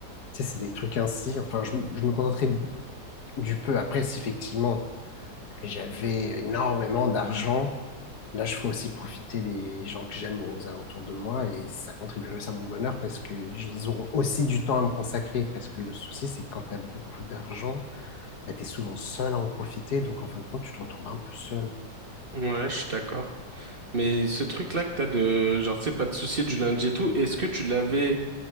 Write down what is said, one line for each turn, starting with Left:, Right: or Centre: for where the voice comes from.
Left: Tu sais, c'est des trucs ainsi. Enfin, je, je me contenterai du peu. Après, si effectivement j'avais énormément d'argent, là, je ferais aussi profiter les gens que j'aime aux alentours de moi et ça contribuerait aussi à mon bonheur parce que ils auront aussi du temps à me consacrer. Parce que le souci, c'est que quand tu as beaucoup d'argent, bah, tu es souvent seul à en profiter. Donc, en fin de compte, tu te retrouves un peu seul.
Right: Ouais, je suis d'accord. Mais ce truc-là que t'as de, genre, tu sais, pas de souci du lundi et tout, est-ce que tu l'avais